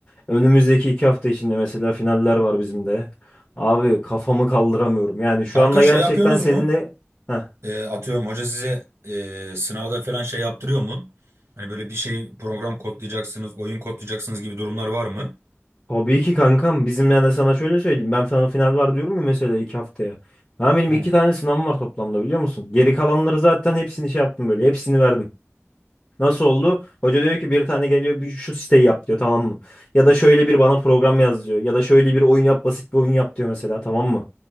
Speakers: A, on the left; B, on the right.
A: Önümüzdeki iki hafta içinde mesela finaller var bizim de. Abi kafamı kaldıramıyorum. Yani şu
B: Kanka
A: anda
B: şey
A: gerçekten
B: yapıyorsunuz
A: seninle...
B: mu?
A: Heh.
B: Ee, atıyorum hoca size e, sınavda falan şey yaptırıyor mu? Hani böyle bir şey program kodlayacaksınız, oyun kodlayacaksınız gibi durumlar var mı?
A: Tabii ki kankam. Bizim yani sana şöyle söyleyeyim. Ben sana final var diyorum ya mesela iki haftaya. Ha benim
B: Hı.
A: iki tane sınavım var toplamda biliyor musun? Geri kalanları zaten hepsini şey yaptım böyle. Hepsini verdim. Nasıl oldu? Hoca diyor ki bir tane geliyor bir şu siteyi yap diyor tamam mı? Ya da şöyle bir bana program yaz diyor. Ya da şöyle bir oyun yap basit bir oyun yap diyor mesela tamam mı?